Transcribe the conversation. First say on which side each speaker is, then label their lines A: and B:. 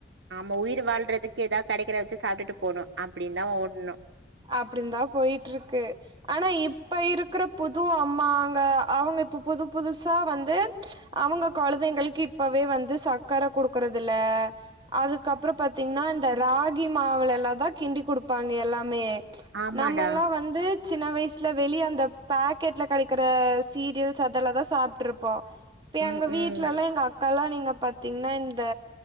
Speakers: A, on the right; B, on the right.
A: ஆமா உயிர் வாழ்றதுக்கு எதா கெடைக்கறத வெச்சு சாப்ட்டுட்டு போணு அப்டின்தா ஓடணு
B: அப்படின்தா போயிட்ருக்கு ஆனா இப்ப இருக்கற புது அம்மாங்க அவங்க இப்ப புது புது சா வந்து அவங்க கொழந்தைங்களுக்கு இப்பவே வந்து சக்கரை குடு க்கறதில்ல அதுக்கப்பற பாத்திங்னா இந்த ராகி மாவுல எல்லாந்தா கிண்டி குடுப்பாங்க எல் மே
A: ஆமாடா
B: நம்மல்லா வந்து சின்ன வயசுல வெளிய அந்த பாக்கெட்ல கெடைக்கற சீரியல்ஸ் அதெல்லாதா சாப்ட்ருப்போ இப்ப
A: ம்
B: எங்க வீட்ல
A: ம்
B: எல்லா எங்க அக்காலா நீங்க பாத்தீங்னா இந்த